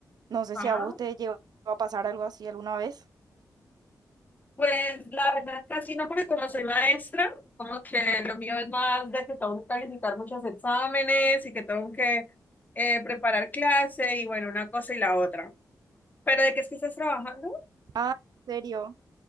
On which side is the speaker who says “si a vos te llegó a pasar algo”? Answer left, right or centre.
Right